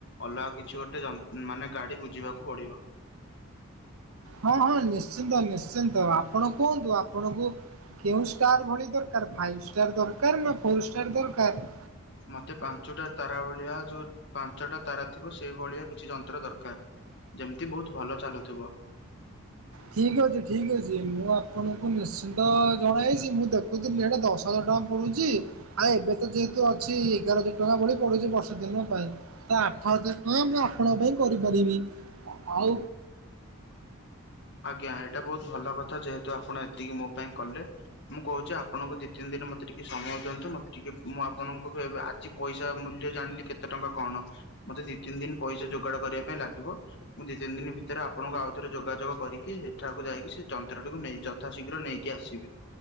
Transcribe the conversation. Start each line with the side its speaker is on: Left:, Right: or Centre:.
Left: ଅଲଗା କିଛି ଗୋଟେ ଜ ମାନେ ଗାଡି ବୁଝିବାକୁ ପଡିବ।
Right: ହଁ ହଁ ନିଶ୍ଚିନ୍ତ ନିଶ୍ଚିନ୍ତ। ଆପଣ କୁହନ୍ତୁ ଆପଣଙ୍କୁ କେଉଁ ଷ୍ଟାର ଭଳି ଦରକାର ଫାଇ ଷ୍ଟାର ଦରକାର ନା ଫୋର ଷ୍ଟାର ଦରକାର?
Left: ମତେ ପାଞ୍ଚଟା ତାରା ଭଳିଆ ଯୋଉ ପାଞ୍ଚଟା ତାରା ଥିବ ସେଇ ଭଳିଆ କିଛି ଯନ୍ତ୍ର ଦରକାର ଯେମିତି ବହୁତ ଭଲ ଚାଲୁଥିବ। ହ <inaudible>
Right: ଠିକ୍ ଅଛି ଠିକ୍ ଅଛି ମୁଁ ଆପଣଙ୍କୁ ନିଶ୍ଚିନ୍ତ ଜଣାଇଚି ମୁଁ ଦେଖ କୁଥିଲୁ ସେଟା ଦଶ ହଜାର ଟଙ୍କା ପଡଡୁଚି। ଆ ଏବେ ତ ଯେହେତୁ ଅଛି ଏଗାର ହଜାର ଟଙ୍କା ଭଳି ପଡୁଚି ବର୍ଷ ଦିନ ପାଇଁ। ତ ଆଠ ହଜାର ଟଆଁ ମୁଁ ଆପଣଙ୍କ ପାଇଁ କରିପାରିବି। ଆଉ।
Left: ଆଜ୍ଞା ଏଇଟା ବହୁତ ଭଲ କ ଥା ଯେହେତୁ ଆପଣ ଏତିକି ମୋ ପାଇଁ କଲେ। ମୁଁ କହୁଚି ଆପଣଙ୍କୁ ଦି ତିନି ଦିନ ମତେ ଟିକେ ସମୟ ଦିଅନ୍ତୁ ମତେ ଟିକେ ମୁଁ ଆପଣଙ୍କଠୁ ଏବେ ଆଜି ପଇସା ମୂଲ୍ୟ ଜାଣିଲି କେତେ ଟଙ୍କା କଣ। ମତେ ଦି ତିନି ଦିନ ପଇସା ଯୋଗାଡ କରିବା ପାଇଁ ଲାଗିବ ମୁଁ ଦି ତିନି ଦିନ ଭିତରେ ଆପଣଙ୍କୁ ଆଉଥରେ ଯୋଗାଯୋଗ କରିକି ସେଠାକୁ ଯାଇକି ସେ ଯନ୍ତ୍ରଟିକୁ ନେଇ ଯଥାଶୀଘ୍ର ନେଇକି ଆସିବି।